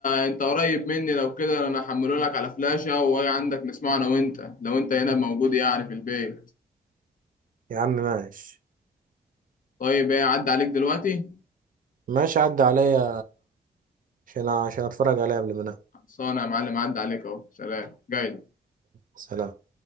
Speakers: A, on the left (about 55°); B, on the right (about 55°).
A: انت قريب مني لو كده انا هحمله لك على فلاشة واجي عندك نسمعه انا وانت لو انت هنا موجود يعني في البيت
B: يا عم ماشي
A: طيب ايه عدى عليك دلوقتي
B: ماشي عدى عليا عشان عشان اتفرج عليه قبل ما انام
A: خلصانه يا معلم عدى عليك اهو سلام جاي
B: سلام